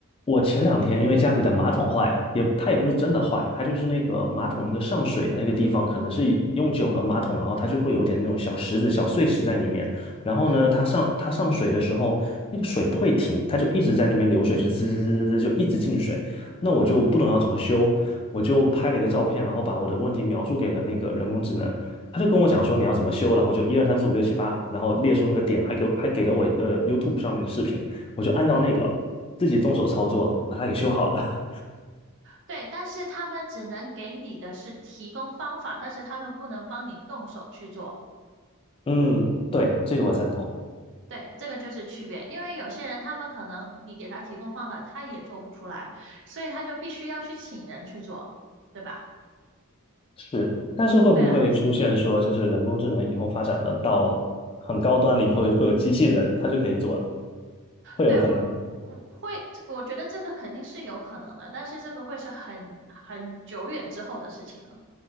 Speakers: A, on the left; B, on the right.
A: 我前两天因为家里的马桶坏了，也它也不是真的坏，它就是那个马桶那个上水的那个地方，可能是用久了马桶，然后它就会有点那种小石子、小碎石在里面。然后呢，
B: 嗯
A: 它上它上水的时候，那个水不会停，它就一直在那边流水，是滋滋滋滋滋就一直进水。那我就不懂要怎么修，我就拍了一个照片，然后把我的问题描述给了那个人工智能。他就跟我讲说你要怎么修，然后就一二三四五六七八，然后列出那个点，还给我还给了我一个 YouTube 上面的视频，我就按照那个自己动手操作把它给修好了。
B: 嗯。对，但是他们只能给你的是提供方法，但是他们不能帮你动手去做。
A: <laughs> 嗯，对，这个我赞同。
B: 对，这个就是区别，因为有些人他们可能你给他提供方法，他也做不出来，所以他就必须要去请人去做，对吧？
A: 是，但是会不会出现说，
B: 对啊，
A: 就是人工智能以后发展了到很高端了以后，会有机器人，它就可以做了，会有可能。
B: 对，我我会，这我觉得这个肯定是有可能的，但是这个会是很很久远之后的事情了，